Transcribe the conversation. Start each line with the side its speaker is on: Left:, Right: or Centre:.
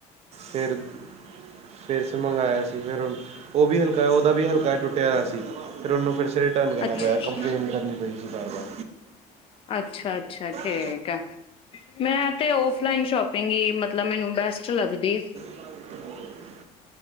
Right: ਫਿਰ-ਫਿਰ ਅਸੀ ਮੰਗਾਂਇਆ ਸੀ ਫਿਰ ਉ ਉਵੀ ਹਲਕਾ ਏ ਉਹਦਾ ਵੀ ਹਲਕਾ ਟੁੱਟਿਆ ਹੋਇਆ ਸੀ। ਫਿਰ ਉਹਨੂੰ ਫ਼ੇਰ ਸੇ ਰਿਟਰਨ ਕਰਨਾ
Left: ਅੱਛਾ
Right: ਪਿਆ, ਕੰਪਲੇਂਨ ਕਰਨੀ ਪਈ ਸੀ ਵਾਰ-ਵਾਰ।
Left: ਅੱਛਾ-ਅੱਛਾ ਠੀਕ
Right: <unintelligible>
Left: ਆ, ਮੈਂ ਤੇ ਔਫਫਲਾਈਨ ਸ਼ੋਪਿੰਗ ਈ ਮਤਲਬ ਮੈਨੂੰ ਬੈਸਟ ਲੱਗਦੀ।
Right: <unintelligible>